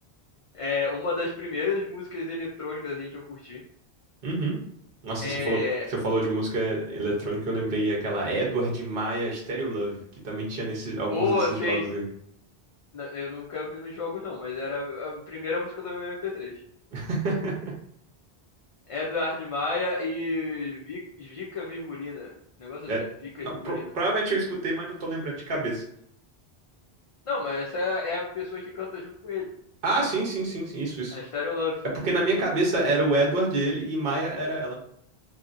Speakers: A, on the left; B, on the right.
A: É uma das primeiras músicas eletrônicas gente que eu curti.
B: Uhum. Nossa,
A: É,
B: você falou, você falou de música eletrônica, eu lembrei aquela Edward Maia Stereo Love, que também tinha nesse, alguns
A: pô,
B: desses
A: assim,
B: jogos aí.
A: n- eu nunca ouvi nos jogos não, mas era a primeira música do meu mp três.
B: <laughs>
A: Eduardo Maia e Vi- Vica Virgulina. um Negócio
B: É,
A: assim, Vica
B: não,
A: Virgulina.
B: pro- provavelmente eu escutei, mas não tô lembrando de cabeça.
A: Não, mas essa é é a pessoa que canta junto com ele.
B: Ah, sim, sim, sim, sim, isso, isso.
A: A Stereo Love.
B: É porque na minha cabeça era o Edward ele e Maia era ela.